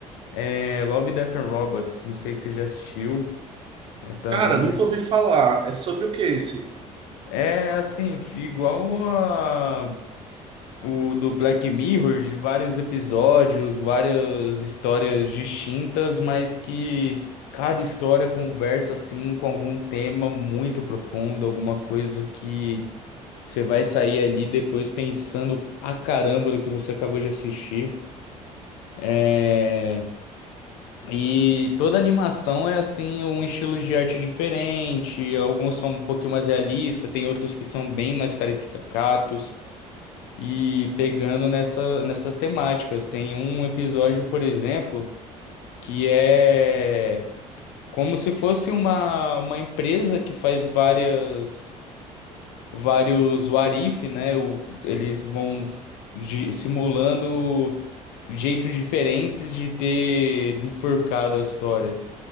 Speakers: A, on the left (about 55°); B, on the right (about 30°).
A: é Love, Death and Robots. Não sei se você já assistiu. É também
B: Cara, nunca
A: é
B: ouvi falar. É sobre o que esse?
A: é, assim igual a, o do Black Mirror, de vários episódios, várias histórias distintas, mas que cada história conversa assim com algum tema muito profundo, alguma coisa que Você vai sair ali depois pensando pra caramba do que você acabou de assistir. É, E toda animação é assim, um estilo de arte diferente. Alguns são um pouquinho mais realistas, tem outros que são bem mais caricatos. E pegando nessa, nessas temáticas. Tem um episódio, por exemplo, que é como se fosse uma, uma empresa que faz várias. vários what if, né? o- Eles vão gi- simulando jeitos diferentes de ter bifurcado a história.